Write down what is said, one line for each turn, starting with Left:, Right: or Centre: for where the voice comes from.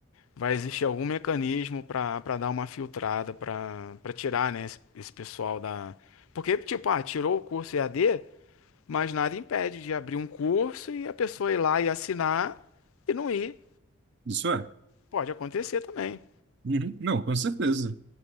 Left: Vai existir algum mecanismo para para dar uma filtrada, para para tirar, né, esse, esse pessoal da. Porque, tipo, ah, tirou o curso e a d mas nada impede de abrir um curso e a pessoa ir lá e assinar e não ir.
Right: Isso é.
Left: Pode acontecer também.
Right: Uhum. Não, com certeza.